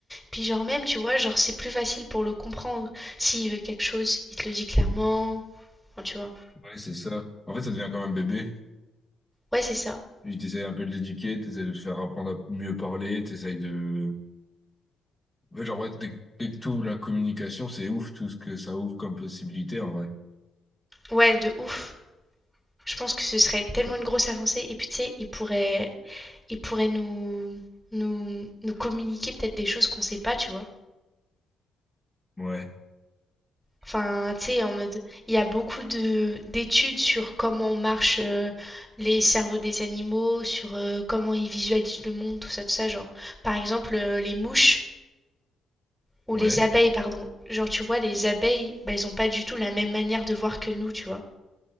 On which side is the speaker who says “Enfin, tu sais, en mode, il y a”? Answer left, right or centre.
Centre